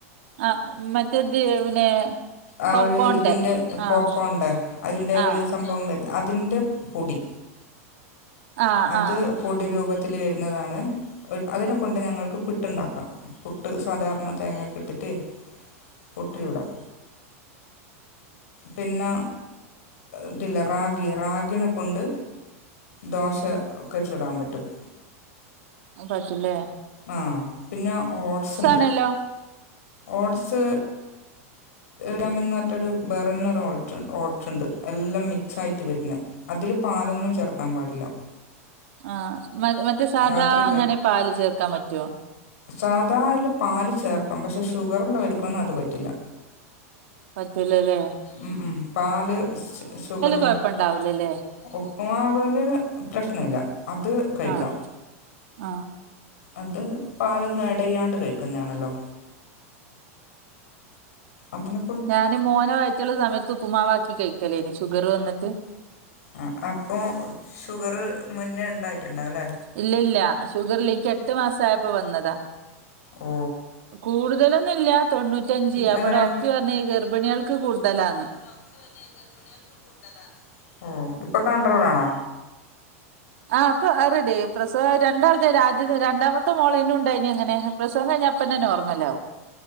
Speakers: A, on the right (about 60°); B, on the left (about 75°).
A: ആഹ് മറ്റേത് പിന്നെ
B: ആഹ്
A: പോപ്കോൺന്റെ
B: ഒരു ഇതിന്റെ പോപ്പ്
A: ആഹ്
B: കോൺന്റ അതിന്റെ ഒരു
A: ആഹ്
B: സംഭവം വരുന്നത് അതിൻ്റെ പൊടി
A: ആഹ്
B: അത്
A: ആഹ്
B: പോടീ രൂപത്തിൽ വരുന്നതാണ് അതിനെ കൊണ്ട് ഞങ്ങൾക്ക് പുട്ടുണ്ടാക്കാം പുട്ട് സാധാരണ തേങ്ങൊക്കെ ഇട്ടിട്ട് പുട്ട് ചൂടാം പിന്നെ ഇതില്ല റാഗി റാഗിനെ കൊണ്ട് ദോശ ഒക്കെ ചൂടാൻ പറ്റും
A: അത് പറ്റും ല്ലേ
B: ആഹ് പിന്നെ ഓട്സ് ഉണ്ട്
A: ആണല്ലോ
B: ഓട്സ് റമിൻന്ന് പറഞ്ഞിട്ടൊരു വേറെതന്നെ ഓട് ഇണ്ട് ഓട്സ് ഉണ്ട് എല്ലാം മിക്സ്‌ ആയിട്ട് വരുന്നേ അതില് പാലൊന്നും ചേർക്കാൻ പാടില്ല
A: ആഹ് മ മറ്റേ സാധാ
B: രാത്രി
A: അങ്ങനെ പാല് ചേർക്കാൻ പറ്റുവോ
B: സാധാല് പാല് ചേർക്കാം പക്ഷെ ഷുഗറുള്ള എടുക്കന്നും അത് പറ്റില്ല
A: പറ്റുലല്ലേ
B: ഉം ഉം പാല് ഷുഗറി
A: കൊഴപ്പണ്ടാവൂലല്ലേ
B: ഉപ്പ്മാവല് പ്രശ്നമില്ല അത് കഴിക്കാം
A: ആഹ് ആഹ്
B: അത് പാലൊന്നും ആഡ് ചെയ്യണ്ട കഴിക്കുന്നതാണല്ലോ അതിന്
A: ഞാന് മോനെ വയറ്റിൽ ഉള്ള സമയത്ത് ഉപ്പുമാവക്കി കഴിക്കലേനി ഷുഗർ വന്നിട്ട്
B: ആഹ് അപ്പോൾ ഷുഗറ് മുന്നേ ഉണ്ടായിട്ടുണ്ടാവല്ലേ
A: ഇല്ല ഇല്ല ഷുഗർ ഇല്ലെനിക് എട്ട് മാസം ആയപ്പോ വന്നതാ
B: ഓ
A: കൂടുതലൊന്നുമില്ല തൊണ്ണൂറ്റഞ്ച് അപ്പോ
B: എങ്ങനെ
A: ഡോക്ടർ പറഞ്ഞ് ഈ ഗർഭിണികൾക്ക് കൂടുതലാണ്
B: ഡോക്ട്ർ പറ്ഞ് ഗർഭിണിൾക്ക് കൂടുതലാ ഓ ഇപ്പൊ കൺട്രോളാണോ?
A: ആഹ് അപ്പൊ അഹ് റടി. പ്രസവം രണ്ടാൾതെ രാജ്യ രണ്ടാമത്തെ മോളേനും ഉണ്ടായിനി അങ്ങനെ പ്രസവം കഴിഞ്ഞാപ്പന്നെ നോർമലാവും.